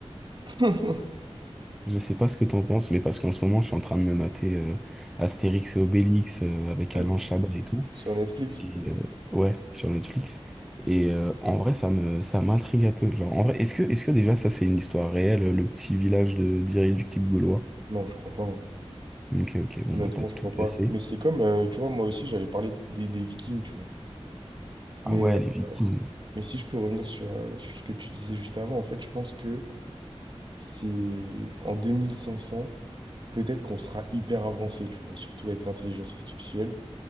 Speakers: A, on the right; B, in the centre.
A: <laughs>
B: Je sais pas ce que t'en penses, mais parce qu'en ce moment, je suis en train de me mater euh, Astérix et Obélix euh, avec
A: Ouais,
B: Alain Chabat et tout.
A: Sur Netflix.
B: Et, euh, ouais, sur Netflix. Et euh, en vrai, ça me, ça m'intrigue un peu. Genre, en vrai, est-ce que, est-ce que déjà ça c'est une histoire réelle, le petit village de d'irréductibles gaulois?
A: Non, je crois pas. hein.
B: Ok, ok, bon,
A: Honnêtement,
B: bah, t'as
A: je
B: tout
A: crois pas.
B: placé.
A: Mais c'est comme, euh, tu vois, moi aussi, j'allais parler des, des Vikings, tu vois. Mais,
B: Ah ouais, les Vikings.
A: euh, mais si je peux revenir sur, euh, sur ce que tu disais juste avant, en fait, je pense que c'est en 2500, peut-être qu'on sera hyper avancé, tu vois, surtout avec l'intelligence artificielle,